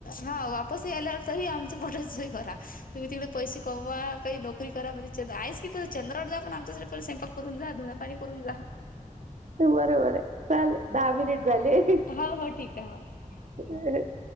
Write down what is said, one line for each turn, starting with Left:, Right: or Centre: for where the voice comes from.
Left: हा वापसही आल्यावर तही, आमचं पोटच भरा तुम्ही तिकडे पैसे कमवा. काही नोकरी करा म्हणजे चंद आहेच की त चंद्रावर जा पण आमच्यासाठी स्वयंपाक करून जा धुन पाणी करून जा.
Right: ते बरोबर आहे, चाल दहा मिनिट झाले.
Left: हो हो, ठीक ये हो.
Right: <unintelligible>
Left: हो